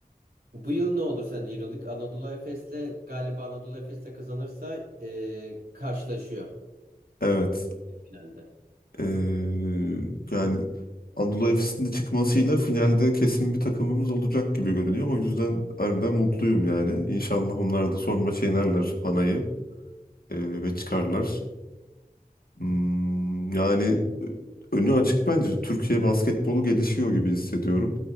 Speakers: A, on the right (about 90°); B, on the left (about 80°).
A: Bu yıl ne olur sence Euroleague Anadolu Efes'le galiba Anadolu Efes'le kazanırsa e, karşılaşıyor
B: Evet.
A: finalde.
B: Ee, yani Anadolu Efes'in de çıkmasıyla finalde kesin bir takımımız olacak gibi görünüyor. O yüzden harbiden mutluyum yani. İnşallah onlar da son maçı yenerler Panay'ı ee, ve çıkarlar. Hmm, yani e, önü açık bence. Türkiye basketbolu gelişiyor gibi hissediyorum.